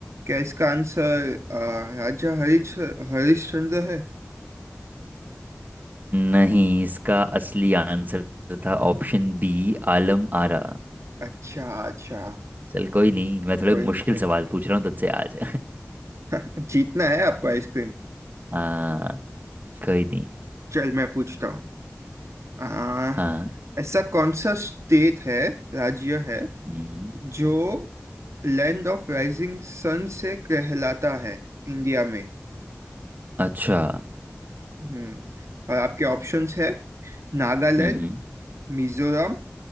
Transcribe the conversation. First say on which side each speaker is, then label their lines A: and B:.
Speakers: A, on the right (about 70°); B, on the right (about 35°).
A: क्या इसका आंसर आ, राजा हरिश हरिश्चंद्र है
B: नहीं इसका असली आंसर था ऑप्शन बी आलम आरा
A: अच्छा अच्छा
B: चल कोई नहीं मैं थोड़े
A: कोई नहीं
B: मुश्किल सवाल पूछ रहा हूँ तुझसे आज
A: कोई <laughs> जीतना है आपको
B: <laughs>
A: आइसक्रीम
B: हाँ कोई नहीं
A: चल मैं पूछता हूँ आ,
B: हाँ
A: ऐसा कौन सा स्टेट है राज्य है
B: हम्म
A: जो लैंड ऑफ राइजिंग सन से कहलाता है इंडिया में
B: अच्छा
A: हम्म और आपके ऑप्शंस है नागालैंड
B: हम्म
A: मिजोरम